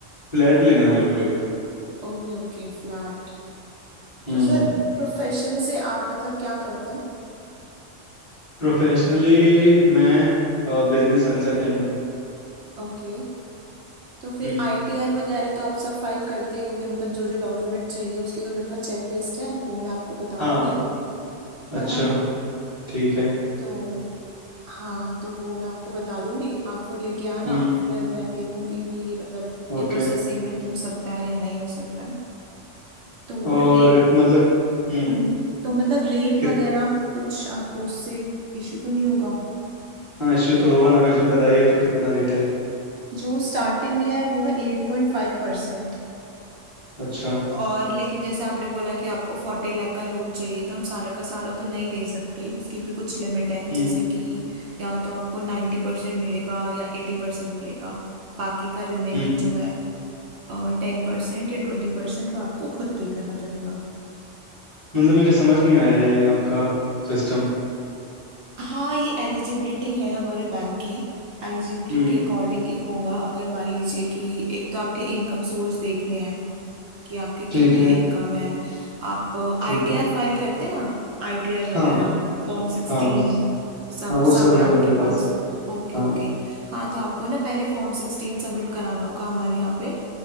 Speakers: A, on the left; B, on the right.
A: फ्लैट लेना है मेरे को एक
B: Okay okay flat
A: हम्म
B: तो सर प्रोफेशन से आप मतलब क्या करते हैं
A: प्रोफेशनली मैं बिजनेस कंसल्टेंट हूँ
B: ओके तो फिर
A: हम्म
B: आईटीआर वगैरह तो आप सब फाइल करते ही होंगे मतलब जो जो डॉक्यूमेंट चाहिए उसकी तो मेरे पास चेकलिस्ट है वो मैं आपको बता
A: हाँ
B: दूंगी है
A: अच्छा
B: ना
A: ठीक है
B: तो हाँ तो वो मैं आपको बता दूंगी आप वो लेके आना
A: हम्म
B: फिर मैं देखूंगी कि मतलब ये
A: ओके
B: प्रोसेसिंग में हो सकता है या नहीं हो सकता है तो
A: और
B: रे
A: मतलब हम्म
B: हम्म तो मतलब रेट
A: कित
B: वगैरह कुछ आपको उससे इशू तो नहीं होगा
A: हाँ इश्यू तो होगा ना पहले बताइए तो कितना रेट है
B: जो स्टार्टिंग है वो है एट पॉइंट फाइव परसेंट
A: अच्छा
B: और लेकिन जैसे आपने बोला कि आपको फोर्टी लाख का लोन चाहिए तो हम सारा का सारा तो नहीं दे सकते उसकी भी कुछ लिमिट है जैसे
A: हम्म
B: कि या तो आपको नाइन्टी परसेंट मिलेगा या एटी परसेंट मिलेगा बाकी का रिमेनिंग
A: हम्म हम्म,
B: जो है टेन परसेंट या ट्वेंटी परसेंट वो आपको खुद पे करना पड़ेगा
A: मतलब मेरे समझ नहीं आया ये आपका सिस्टम
B: हाँ ये एलिजिबिलिटी है हमारे बैंक की एलिजिबिलिटी
A: हम्म
B: के अकॉर्डिंग ही होगा अगर मान लीजिए कि एक तो आपके इनकम सोर्स देखने हैं कि आपकी
A: ठीक
B: कितनी
A: है
B: इनकम है आप
A: ठीक
B: आईटीआर
A: है
B: फाइल करते हैं आप आईटीआर
A: हाँ
B: वगैरह फॉर्म सिक्सटीन
A: हाँ
B: सब
A: हाँ वो सब
B: सब है
A: है
B: आपके
A: मेरे पास
B: पास Okay
A: हाँ
B: okay हाँ तो आपको ना पहले फॉर्म सिक्सटीन सबमिट कराना होगा हमारे यहाँ पे